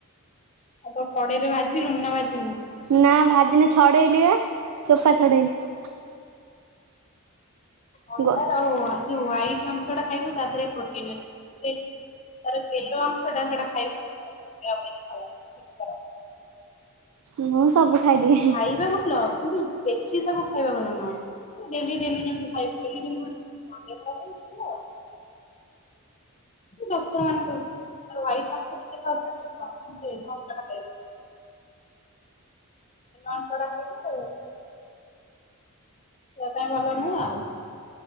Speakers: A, on the left; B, on the right.
A: ଆଉ ତାକୁ କଡେଇ ରେ ଭାଜିଲୁଣି ନା ଭାଜିନୁ?
B: ନା ଭାଜିନି ଛଡେଇନି ବା ଚୋପା ଛଡେଇନି।
A: ଅଣ୍ଡାର
B: ଗ
A: ଆଉ ଯୋଉ ହ୍ୱାଇଟ୍ ଅଂଶ ଟା ଖାଇବୁ ତା ଦେହରେ ପ୍ରୋଟିନ୍ ଅଛି। ତାର ଯୋଉ ୟେଲୋ ଅଂଶଟା ସେଟା ଖାଇବୁ ଦେହ ପାଇଁ ଖରାପ। କ୍ଷତିକାରକ
B: ମୁଁ ସବୁ ଖାଇଦିଏ।
A: ଖାଇବା ଭଲ କିନ୍ତୁ ବେଶୀ ତାକୁ ଖାଇବା ଭଲ ନୁହଁ। ଡେଲି ଡେଲି ଯେମିତି ଖାଇବୁ ଡେ଼ଲି ଡେ଼ଲି <unintelligible> ଦେହ ଖରାପ <unintelligible> ଡକ୍ଟର ମାନଙ୍କୁ ତାର ହ୍ୱାଇଟ୍ ଅଂଶ ଯେତେ ଖାଇପାରୁଚ ଖାଅ କିନ୍ତୁ ୟେଲୋ ଅଂଶ ଟା ଖାଇବନି। ଅଂଶ ଟା ଖାଇବୁ ଦେହ ପାଇଁ ଭଲ ନୁହେଁ ଆଉ।